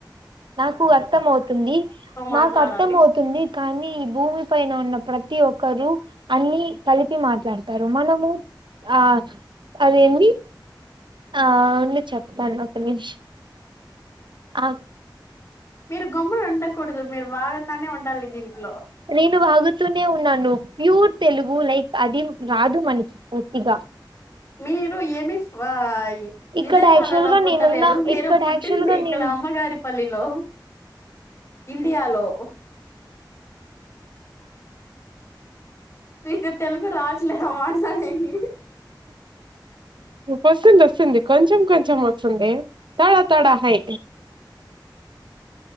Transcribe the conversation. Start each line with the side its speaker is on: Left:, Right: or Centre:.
Right: నాకు అర్థం అవుతుంది నాకు
Left: మాట్లాడాలి
Right: అర్థం అవుతుంది కానీ భూమి పైన ఉన్న ప్రతి ఒక్కరూ అన్ని కలిపి మాట్లాడతారు మనమూ ఆ అదేంది ఆ ఉంది చెప్తాను ఒక నిమీష అ
Left: మీరు గమ్మున ఉండకూడదు మీరు వాగుతానే ఉండాలి దీంట్లో
Right: నేను వాగుతునే ఉన్నాను ప్యూర్ తెలుగు లైక్ అది రాదు మనకి పూర్తిగా
Left: మీరు ఏమి ఫా ఆ
Right: ఇక్కడ
Left: విదేశాలలో
Right: యాక్చువల్ గా
Left: పుట్టలేదు
Right: నేనున్న
Left: మీరు
Right: ఇక్కడ
Left: పుట్టింది
Right: యాక్చువల్ గా
Left: ఇక్కడ
Right: నేను
Left: అమ్మగారిపల్లిలో ఇండియాలో మీకు తెలుగు రాట్లేద మాట్లాడెకీ
Right: ఓస్తుంది ఓస్తుంది కొంచెం కొంచెం వస్తుందే తోడా తోడా హై